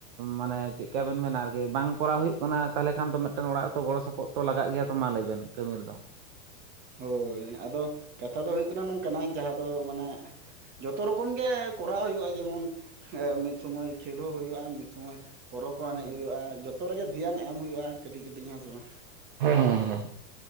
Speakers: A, on the right; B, on the right.
A: ᱢᱟᱱᱮ ᱪᱮᱫ ᱞᱮᱠᱟᱵᱮᱱ ᱢᱮᱱᱟ ᱟᱨᱠᱤ ᱵᱟᱝ ᱠᱚᱨᱟᱣ ᱦᱩᱭᱩᱜ ᱠᱟᱱᱟ ᱛᱟᱦᱚᱞᱮ ᱠᱷᱟᱱ ᱫᱚ ᱢᱤᱫᱴᱮᱱ ᱚᱲᱟᱜ ᱨᱮᱛᱚ ᱜᱚᱲᱚ ᱥᱚᱯᱚᱦᱚᱫ ᱚᱛᱚ ᱞᱟᱜ ᱜᱮᱭᱟ ᱛᱚ ᱢᱟ ᱞᱟᱹᱭᱵᱱ ᱠᱟᱹᱢᱤ ᱨᱮᱫᱚ
B: ᱦᱳᱭ ᱟᱫᱚ ᱠᱟᱛᱷᱟ ᱫᱚ ᱦᱩᱭᱩᱜ ᱠᱟᱱᱟ ᱱᱚᱝᱠᱟᱱᱟᱜ ᱡᱟᱦᱟᱸ ᱫᱚ ᱢᱟᱱᱮ ᱡᱚᱛᱚ ᱨᱚᱠᱚᱢ ᱜᱮ ᱠᱚᱨᱟᱣ ᱦᱩᱭᱩᱜᱼᱟ ᱡᱮᱢᱚᱱ <unintelligible> ᱢᱤᱫ ᱥᱚᱢᱚᱭ ᱠᱷᱮᱞ ᱦᱚᱸ ᱦᱩᱭᱩᱜᱼᱟ ᱢᱤᱫ ᱥᱚᱢᱚᱭ ᱯᱚᱨᱚᱵᱽ ᱦᱚᱸ ᱮᱱᱮᱡ
A: ᱦᱮᱸ
B: ᱦᱩᱭᱩᱜᱼᱟ ᱡᱚᱛᱚ ᱨᱮᱜᱮ ᱫᱷᱮᱭᱟᱱ ᱮᱢ ᱦᱩᱭᱩᱜᱼᱟ ᱠᱟᱹᱴᱤᱡ ᱠᱟᱹᱴᱤᱡ ᱦᱮᱸ ᱥᱮ ᱵᱟᱝ
A: <unintelligible> ᱦᱮᱸ ᱦᱮᱸ ᱦᱮᱸ